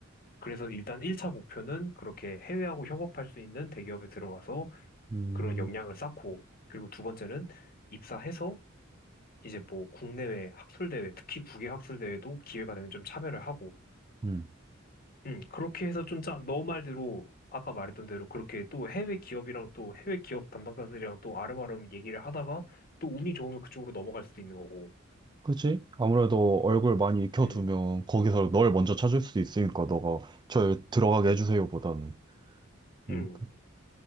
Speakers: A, on the left; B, on the right.
A: 그래서 일단 1차 목표는 그렇게 해외하고 협업할 수 있는 대기업에 들어가서
B: 음,
A: 그런 역량을 쌓고, 그리고 두 번째는 입사해서 이제 뭐 국내외 학술대회, 특히 국외 학술대회도 기회가 되면 좀 참여를 하고,
B: 응.
A: 음, 그렇게 해서 좀 짜, 너 말대로, 아까 말했던 대로 그렇게 또 해외 기업이랑 또 해외 기업 담당자들이랑 또 아름아름 얘기를 하다가 또 운이 좋으면 그쪽으로 넘어갈 수도 있는 거고,
B: 그지? 아무래도 얼굴 많이 익혀두면
A: 음,
B: 거기서 널 먼저 찾을 수도 있으니까 너가 저 들어가게 해주세요 보다는. 음.
A: 음.